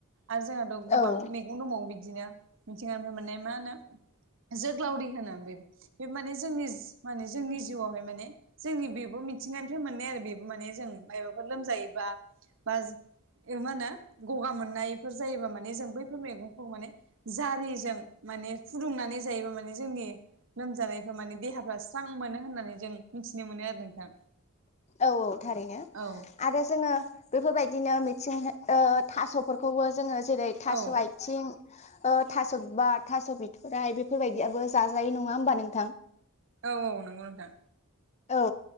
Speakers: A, on the right (about 60°); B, on the left (about 30°).
A: आरो जोङो थ' गोबां
B: औ
A: मैगं दंबावो बिदिनो मिथिंगानिफ्राय मोननाय मा होनो जोग्लावरि होनो बे बे माने जोंनि माने जोंनि जिउआवहाय माने जोंनि बेबो मिथिंगानिफ्राय मोननाय आरो बेबो माने जों मायबाफोर लोमजायोबा बा मा होनो गगा मोननायफोर जायोबा माने जों बैफोर मैगंखौ माने जारिजों माने फुदुंनानै बे माने जोंनि लोमजानायफ्रा माने देहाफ्रा स्रां मोनो होननानै जों मिथिनो मोनो आरो नोंथां।
B: औ औ थारैनो
A: औ
B: आरो जोङो बेफोरबायदिनो मिथिं ओ थास'फोरखौबो जोङो जेरै थास'
A: औ
B: आइ थिं ओ थास' बिबार थास' बिथ'राइ बेफोरबायदियाबो जाजायो नङा ओमबा नोंथां?
A: औ औ नंगौ नोंथां
B: औ